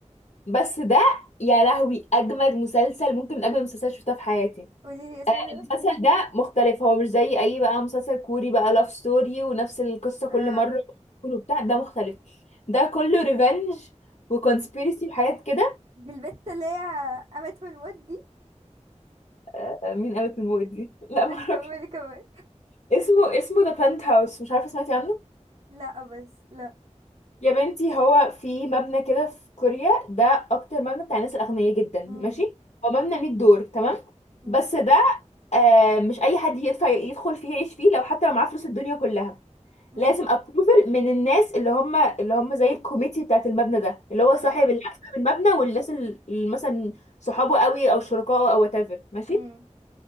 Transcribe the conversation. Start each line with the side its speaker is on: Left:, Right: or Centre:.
Left: بس ده يا لهوي اجمد مسلسل ممكن من اجمد المسلسلات اللي شفتها في حياتي
Right: قولي لي اسمه كده
Left: المسلسل ده مختلف هو مش زي اي بقى مسلسل كوري بقى لاف ستوري ونفس القصة كل
Right: اه
Left: مرة كله بتاع ده مختلف ده كله ريفنج وكونسبيرسي وحاجات كده
Right: دي البت اللي هي قامت من الموت دي
Left: آه، مين قامت من الموت دي <laughs> لا
Right: ماشي
Left: معرفش
Right: كملي كملي
Left: اسمه اسمه ذا بنت هاوس مش عارفه سمعتي عنه
Right: لا بس لا
Left: يا بنتي هو في مبنى كده في كوريا ده اكتر مبنى بتاع الناس الاغنياء جدا
Right: امم
Left: ماشي هو مبنى 100 دور تمام
Right: امم
Left: بس ده آه مش اي حد يدفع يدخل فيه يعيش فيه لو حتى لو معاه فلوس الدنيا كلها
Right: امم
Left: لازم ابروفل من الناس اللي هم اللي هم زي الكوميتي بتاعت المبنى ده اللي هو صاحب
Right: ايه
Left: اللي صاحب المبنى والناس اللي مثلا صحابه قوي او شركائه او whatever ماشي
Right: امم